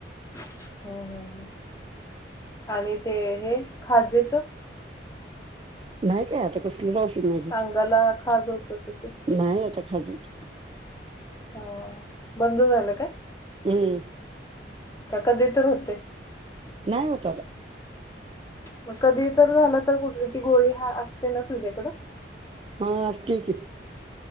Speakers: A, on the left; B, on the right.
A: हम्म हम् हम् आणि ते हे खाजेच.
B: नाही काय आता कसं. तीजा औषध वय.
A: अंगाला खाज उठत होती.
B: नाही आता खाज <unintelligible>
A: हो बंद झालं काय?
B: हम्म.
A: का कधी तर होते.
B: नाही होत आता.
A: मग कधी तर झालं तर कुठली ती गोळी असते ना तुझ्याकडं.
B: हा आसत्या की.